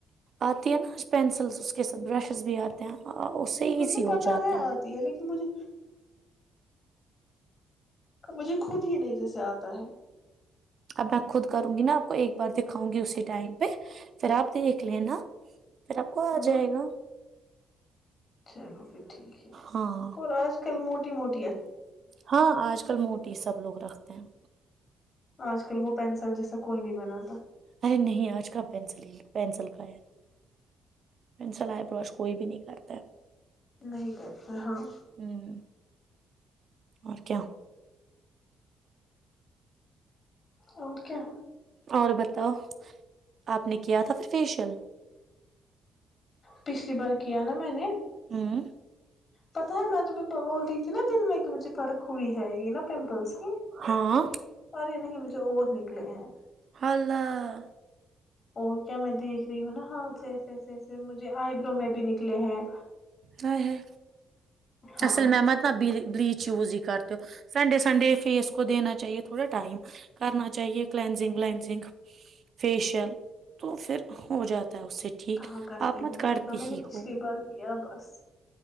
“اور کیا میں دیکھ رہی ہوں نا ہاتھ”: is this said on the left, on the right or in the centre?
Left